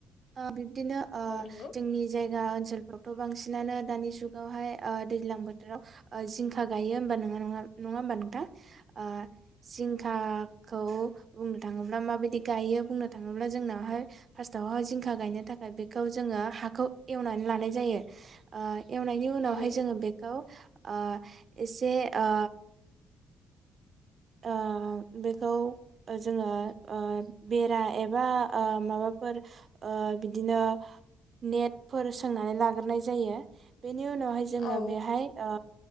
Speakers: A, on the right; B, on the left.
A: ओ बि बिदिनो ओ
B: औ नंगौ
A: जोंनि जाय जा ओनसोलफ्रावथ बांसिनानो दानि जुगावहाय दैज्लां बोथोराव जिंखा गायो होमबा नङा नङा नङा होमबा नोंथां ओ जिंखाखौ
B: औ नंगौ
A: बुंनो थाङोब्ला माबायदि गायो बुंनो थाङोब्ला जोंनावहाय फार्स्टावहाय जिंखा गायनो थाखाय बेखौ जोङो हाखौ एवनानै लानाय जायो एवनायनि उनावहाय
B: उम
A: जोङो बेखौ ओ एसे ओ ओ बेखौ जोङो ओ बेरा एबा माबाफोर बिदिनो नेटफोर सोंनानै लाग्रोनाय जायो बेनि उनावहाय जोङो
B: औ
A: बेहाय ओ